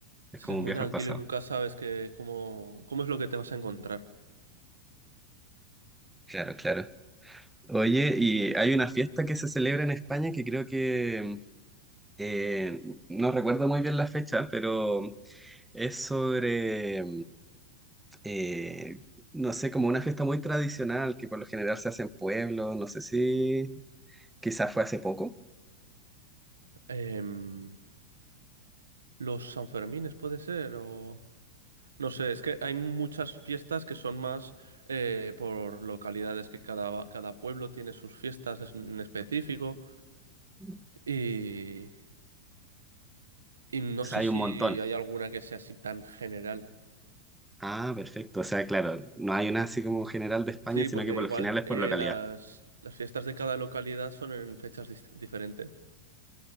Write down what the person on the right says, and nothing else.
sí,
es muy
tranquilo
y nunca sabes que, cómo, cómo es lo que te vas a encontrar.
Em, Los Sanfermines puede ser, o... No sé, es que hay muchas fiestas que son más eh, por localidades, que cada, cada pueblo tiene sus fiestas es- en específico
y, y no
sé
si
hay alguna que sea así tan general.
Sí,
porque
igual
eh,
las, las fiestas de cada localidad son en fechas dis- diferentes.